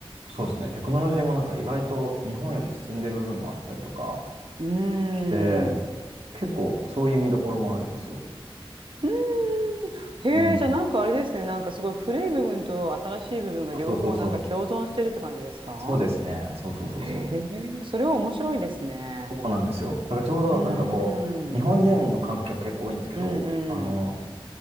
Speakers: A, on the right (about 85°); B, on the right (about 60°).
A: そうですね、テクノロジーもなんか意外と日本より進んでる部分もあったりとか
B: ーん。
A: して、結構そういう見どころもあるんですよ。
B: <laughs> うーん。へえ、
A: うん。
B: じゃあなんかあれですね。なんかすごい古い部分と新しい部分が両方なんか共存してるって感じですか
A: そうそうそうそう。そうですね。そうそうそうそう。
B: へえ、それは面白いですね。
A: そうなんですよ。だからちょうどなんかこう、
B: うー
A: 日本人の観光客結構多いんですけど、
B: ん。うん
A: あの、
B: うん。